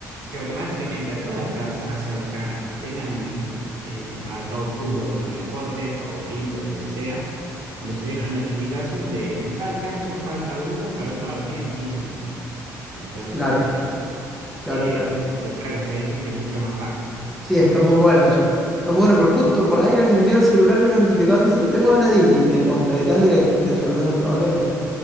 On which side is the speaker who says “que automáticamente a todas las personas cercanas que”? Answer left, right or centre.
Right